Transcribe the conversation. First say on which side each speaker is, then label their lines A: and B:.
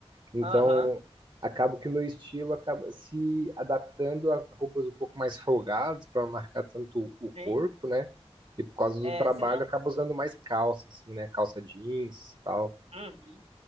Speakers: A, on the right; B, on the right.
A: Então,
B: aham.
A: acabo que o meu estilo acaba se adaptando a roupas um pouco mais folgadas, para não marcar tanto o
B: Sim.
A: corpo, né? E por causa do
B: É,
A: trabalho,
B: senão.
A: eu acabo usando mais calça, assim, né? Calça jeans e tal.
B: Uhum.